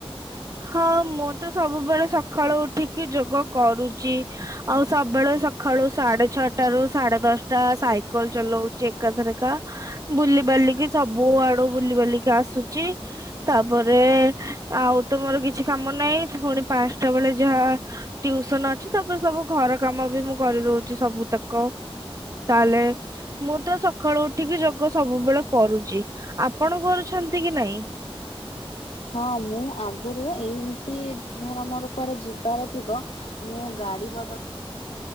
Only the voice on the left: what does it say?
ହଁ ମୁଁ ଆଗରୁ ଏମତି ଧର ମୋର କୁଆଡେ ଯିବାର ଥିବ ମୁଁ ଗାଡି ବଦଳ